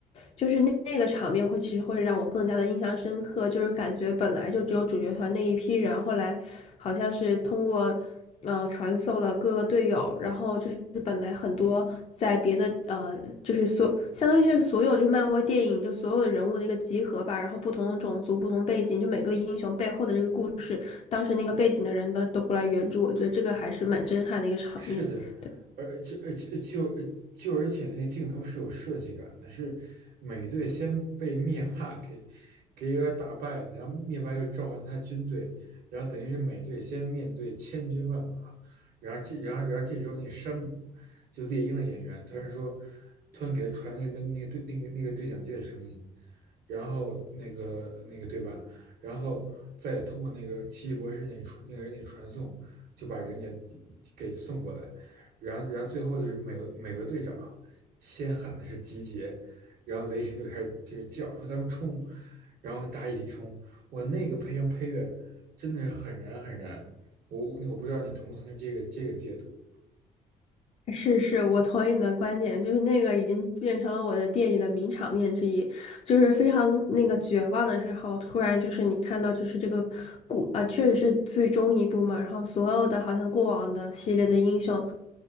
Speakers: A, on the left; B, on the right.
A: 就是那那个场面会其实会让我更加的印象深刻，就是感觉本来就只有主角团那一批人，后来好像是通过呃传送了各个队友，然后就是本来很多在别的呃就是所相当于是所有就是漫威电影就所有的人物的一个集合吧，然后不同种族、不同背景，就每个英雄背后的这个故事，当时那个背景的人呢都过来援助，我觉得这个还是蛮震撼的一个场面。
B: 是的，
A: 对。
B: 而而且而且就呃就而且那个镜头是有设计感的，是美队先被灭霸 <laughs> 给给有点打败了，然后灭霸又召唤他军队，然后等于是美队先面对千军万马，然后这然后然后这时候那山姆就猎鹰的演员突然说，突然给他传那个那个对那个那个对讲机的声音，然后那个那个对吧，然后再通过那个奇异博士那传那个人那个传送。就把人也给送过来，然后然后最后就是美美国队长啊先喊的是集结，然后雷神就开始就是叫说咱们冲，然后大家一起冲，我那个配音配乐真的是很燃很燃，我我不知道你同不同意这个这个解读，
A: 是是，我同意你的观点，就是那个已经变成了我的电影的名场面之一，就是非常那个绝望的时候，突然就是你看到就是这个故呃，确实是最终一部嘛，然后所有的好像过往的系列的英雄，